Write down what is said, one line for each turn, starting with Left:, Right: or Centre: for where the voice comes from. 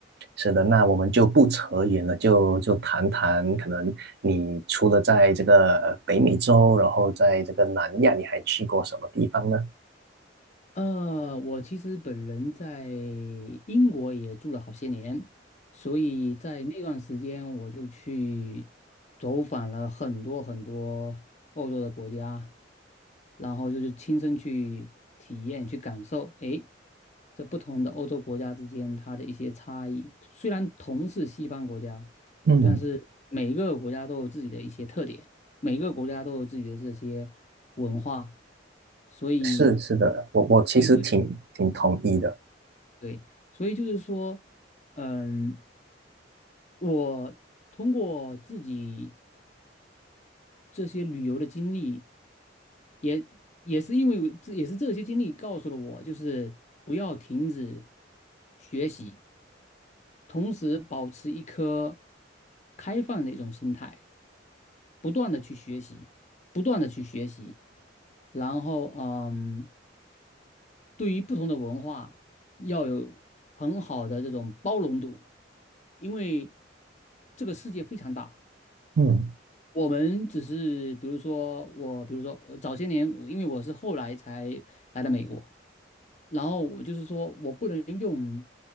Right: 是的，那我们就不扯远了，就就谈谈可能你除了在这个呃北美洲，然后在这个南亚，你还去过什么地方呢？
Left: 呃，我其实本人在英国也住了好些年，所以在那段时间我就去走访了很多很多欧洲的国家，然后就是亲身去体验、去感受，诶，这不同的欧洲国家之间它的一些差异。虽然同是西方国家，
Right: 嗯
Left: 但是每一个国家都有自己的一些特点，每个国家都有自己的这些文化，所以，
Right: 是是的，我我其实挺挺同意的。
Left: 所以就对，所以就是说，嗯，我通过自己这些旅游的经历，也也是因为我这也是这些经历告诉了我，就是不要停止学习，同时保持一颗开放的一种心态。不断的去学习，不断的去学习，然后嗯，对于不同的文化要有很好的这种包容度，因为这个世界非常大，
Right: 嗯，
Left: 我们只是比如说我，比如说呃早些年，因为我是后来才来的美国，然后我就是说我不能用